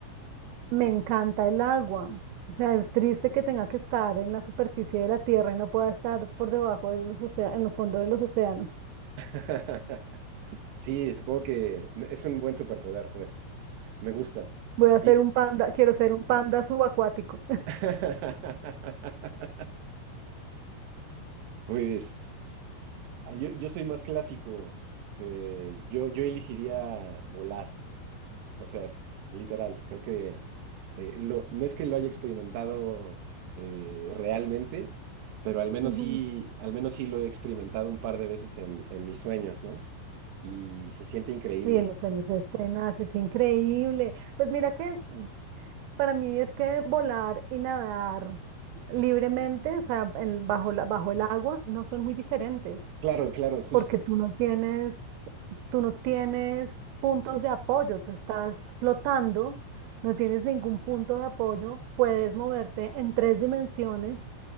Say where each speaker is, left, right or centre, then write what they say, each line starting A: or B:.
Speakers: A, on the right (about 80°); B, on the right (about 70°).
A: Me encanta el agua. O sea, es triste que tenga que estar en la superficie de la tierra y no pueda estar por debajo de los océanos, en los fondos de los océanos.
B: <laughs> Sí, supongo que es un buen superpoder, pues. Me gusta.
A: Voy a ser
B: Y...
A: un panda, quiero ser un panda subacuático.
B: <laughs> Pues ah, yo, yo soy más clásico. Eh, yo, yo elegiría volar. O sea, literal, creo que eh, lo- no es que lo haya experimentado eh, realmente, pero al menos
A: <laughs> Ujú.
B: sí, al menos sí lo he experimentado un par de veces en, en mis sueños, ¿no? Y se siente increíble.
A: Y en los sueños este nace, es increíble. Pues mira que para mí es que volar y nadar libremente, o sea, el- bajo la, bajo el agua, no son muy diferentes,
B: Claro, claro, justo,
A: porque tú no tienes, tú no tienes puntos de apoyo, tú estás flotando, no tienes ningún punto de apoyo, puedes moverte en tres dimensiones.